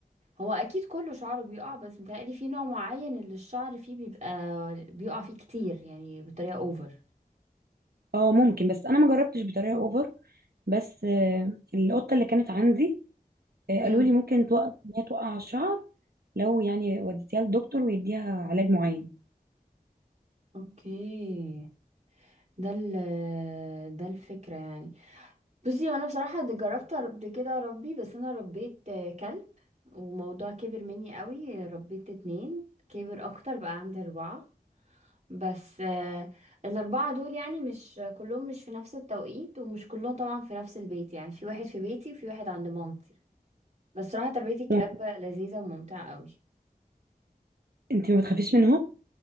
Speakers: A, on the right; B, on the right.
A: هو أكيد كله شعره بيقع بس متهيألي في نوع معين اللي الشعر فيه بيبقى بيقع فيه كتير يعني بطريقة أوفر
B: اه ممكن بس انا ما جربتش بطريقه اوفر بس آه، القطه اللي كانت عندي آه، قالوا
A: امم
B: لي ممكن توقف ان هي توقع الشعر لو يعني وديتيها للدكتور ويديها علاج معين
A: اوكي ده ال ده الفكرة يعني بصي وانا بصراحة ده جربت قبل كده اربي بس انا ربيت آه، كلب وموضوع كبر مني قوي ربيت اتنين كبر اكتر بقى عندي اربعة بس آه، الاربعة دول يعني مش كلهم مش في نفس التوقيت ومش كلهم طبعا في نفس البيت يعني في واحد في بيتي وفي واحد عند مامتي بس صراحة تربية الكلاب
B: وما بت-
A: لذيذة وممتعة قوي
B: انت ما بتخافيش منهم